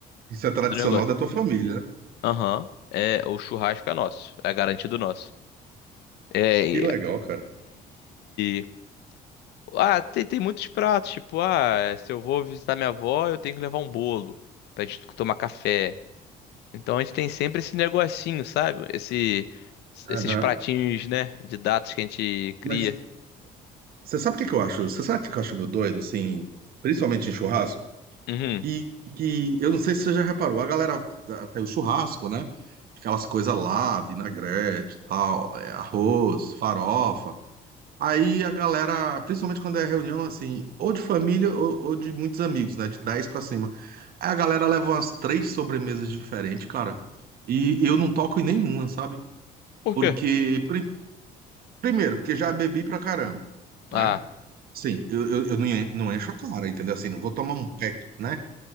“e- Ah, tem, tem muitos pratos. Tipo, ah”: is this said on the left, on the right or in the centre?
Left